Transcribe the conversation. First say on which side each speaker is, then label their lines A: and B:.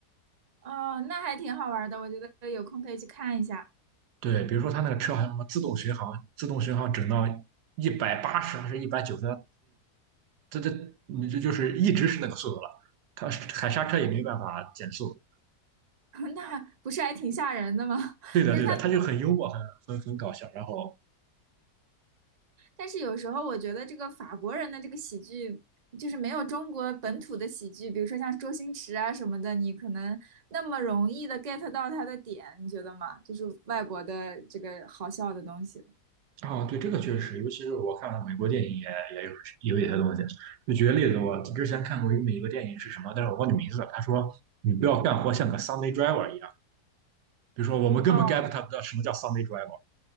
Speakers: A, on the right (about 30°); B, on the right (about 80°).
A: 哦，那还挺好玩的，我觉得有空可以去看一下。
B: 对，比如说他那个车还有什么自动巡航，自动巡航整到一百八十还是一百九十，这这这你这就是一直是那个速度了，他踩刹车也没办法减速。
A: <laughs> 那不是还挺吓人的吗？<laughs>
B: 对的，
A: 但是他们。
B: 对的，他就很幽默，很很很搞笑。然后
A: 但是有时候我觉得这个法国人的这个喜剧，就是没有中国本土的喜剧，比如说像周星驰啊什么的，你可能那么容易的 get 到他的点，你觉得吗？就是外国的这个好笑的东西。
B: 啊，对，这个确实尤其是我看了美国电影也也有有一些东西。就举个例子，我之前看过一个美国电影是什么，但是我忘记名字了。他说你不要干活像个 Sunday driver 一样，比如说我们根本
A: 哦，
B: get 他不到什么叫 Sunday driver。